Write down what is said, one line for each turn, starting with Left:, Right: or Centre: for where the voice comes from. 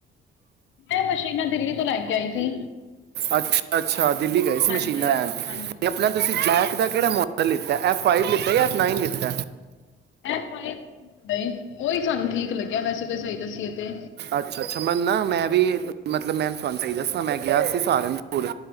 Left: ਏਹ ਮਸ਼ੀਨਾਂ ਦਿੱਲੀ ਤੋਂ ਲੈ ਕੇ ਆਈ ਸੀ।
Right: ਅੱਛਾ-ਅੱਛਾ, ਦਿੱਲੀ ਗਏ ਸੀ
Left: ਹਾਂਜੀ
Right: ਮਸ਼ੀਨਾਂ ਲੈਣ,
Left: ਹਾਂਜੀ
Right: ਤੇ ਆਪਣਾ ਤੁਸੀਂ ਬਲੈਕ ਦਾ ਕਿਹੜਾ ਮਾਡਲ ਲਿੱਤਾ ਐਫ ਫਾਈਵ ਲਿੱਤਾ ਯਾ ਐਫ ਨਾਈਨ ਲਿੱਤਾ।
Left: ਐਕਸ ਵਾਏ ਨਹੀਂ ਉਹੀ ਸਾਨੂੰ ਠੀਕ ਲੱਗਿਆ ਵੈਸੇ ਤੇ ਸਹੀ ਦੱਸੀਏ ਤੇ।
Right: ਅੱਛਾ-ਅੱਛਾ ਮੈਨੂੰ ਨਾ ਮੈਂ ਵੀ ਮਤਲਬ ਮੈਂ ਤੂਆਨ ਸਈ ਦੱਸਾਂ, ਮੈਂ ਗੇਆ ਸੀ ਸਹਾਰਨਪੁਰ,